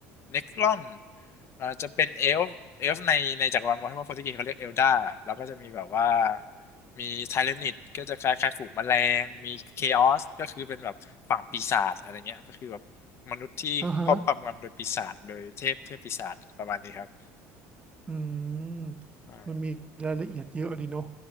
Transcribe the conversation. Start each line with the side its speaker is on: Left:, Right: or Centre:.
Left: Necron เอ่อจะเป็นเอลฟ์เอลฟ์ในในจักรวาลวอร์แฮมเมอร์โฟร์ีเคเขาเรียกเอลดาแล้วก็จะมีแบบว่ามีไทเรนิดก็จะคล้ายๆฝูงแมลงมีเคออสก็คือเป็นแบบฝั่งปีศาจอะไรเงี้ยก็คือแบบมนุษย์ที่ครอบความงำโดยปีศาจโดยเทพเทพปีศาจประมาณนี้ครับ
Right: อ่าฮะอืมมันมีรายละเอียดเยอะดีเนาะ
Left: ใช่